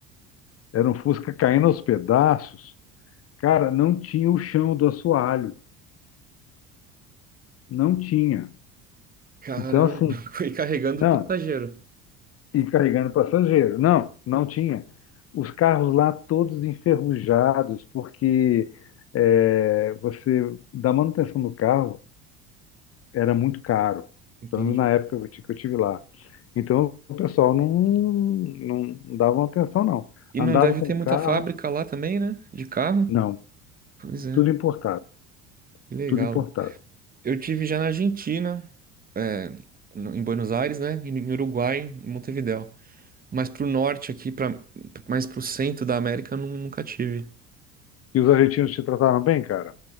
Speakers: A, on the left; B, on the right.
A: Era um Fusca caindo aos pedaços. Cara, não tinha o chão do assoalho. Não tinha.
B: Caramba.
A: Então, assim,
B: <laughs> Foi carregando
A: não.
B: passageiro.
A: E carregando passageiro. Não, não tinha. Os carros lá todos enferrujados, porque é, você, da manutenção do carro, era muito caro.
B: Entendi.
A: Pelo menos na época que eu ti- que eu tive lá. Então, o pessoal não, não dava atenção, não.
B: E
A: Andava
B: não deve
A: com
B: ter
A: o
B: muita
A: carro,
B: fábrica lá também, né? De carro.
A: não.
B: Pois é,
A: Tudo importado.
B: que legal.
A: Tudo importado.
B: Eu tive já na Argentina, é, no- em Buenos Aires, né? E no Uruguai, em Montevidéu. Mas pro norte aqui, pra, mais pro centro da América, eu nu- nunca tive.
A: E os argentinos te trataram bem, cara?